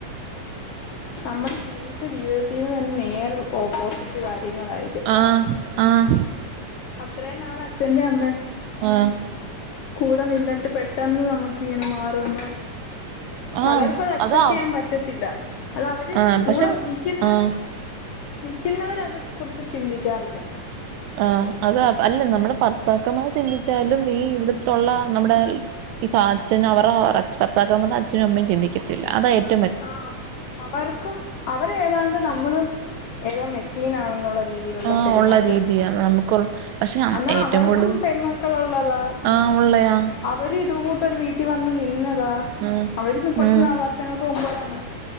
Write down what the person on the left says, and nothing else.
നമ്മൾ ജീവിച്ച ജീവിതത്തിൽന്ന് തന്നെ നേർ ഓപ്പോസിറ്റ് കാര്യങ്ങളായിരിക്കും
അത്രയും നാൾ അച്ഛന്റെയും
കൂടെ നിന്നിട്ട് പെട്ടെന്ന് നമുക്ക് ഇങ്ങനെ മാറുമ്പോ പലർക്കും
അത് അക്സെപ്റ്റ്
ചെയ്യാൻ പറ്റത്തില്ല അത് അവര്
കൂടെ
നിക്കുന്ന
നിക്കുന്നവർ അത് കുറിച്ച് ചിന്തിക്കാറില്ല
ആഹ് അവർക്കും അവര് ഏതാണ്ട് നമ്മള് ഏതോ മെഷീൻ ആണെന്നുള്ള രീതിയിലുള്ള
പെരുമാറ്റം
അന്നാ
അവർക്കും
പെൺമക്കള് ഉള്ളതാ
അവര് ഇത് കൂട്ട് ഒരു വീട്ടിൽ വന്നു നിന്നതാ
അവര് കുറച്ച്
നാൾ വർഷങ്ങൾ ക്ക് മുമ്പ്